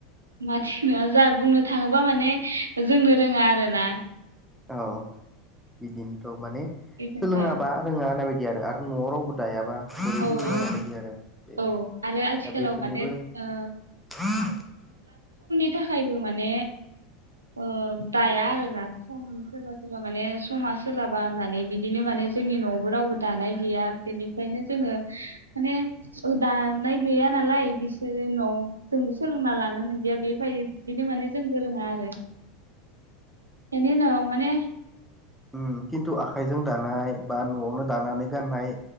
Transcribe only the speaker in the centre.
औ। बिदिन थग। माने
सोलोङाबा रोङा ओननाय बायदि। आरो न'आव रावबो थायाबा। बेबो
दोंङो
ओननाय बादि आरो बेबो
दा बेफोरनिबो
उम।
ओ खिन्थु आखाइजों दानाय बा न'आवनो दानानै गाननाय